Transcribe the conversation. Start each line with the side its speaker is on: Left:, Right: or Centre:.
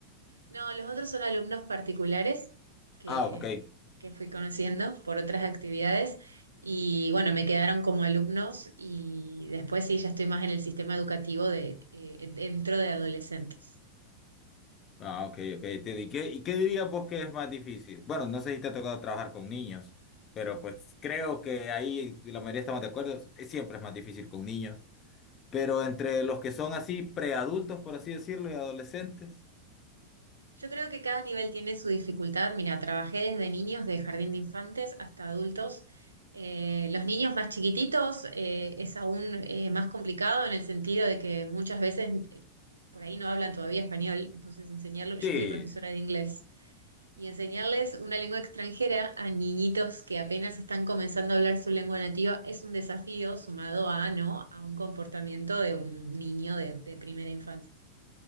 Right: No, los otros son alumnos particulares que,
Left: Ah, ok.
Right: que fui conociendo por otras actividades y bueno, me quedaron como alumnos y después sí, ya estoy más en el sistema educativo de, eh, dentro de adolescentes.
Left: Ah, ok, ok, entiendo. ¿Y qué, y qué dirías vos que es más difícil? Bueno, no sé si te ha tocado trabajar con niños, pero pues creo que ahí la mayoría estamos de acuerdo, eh, siempre es más difícil con niños, pero entre los que son así preadultos, por así decirlo, y adolescentes.
Right: Yo creo que cada nivel tiene su dificultad. Mira, trabajé desde niños de jardín de infantes hasta adultos. Eh, los niños más chiquititos eh, es aún eh, más complicado en el sentido de que muchas veces eh, por ahí no hablan todavía español, entonces enseñarlo, yo
Left: Sí,
Right: soy profesora de inglés, y enseñarles una lengua extranjera a niñitos que apenas están comenzando a hablar su lengua nativa es un desafío sumado a, ¿no? a un comportamiento de un niño de de primera infancia.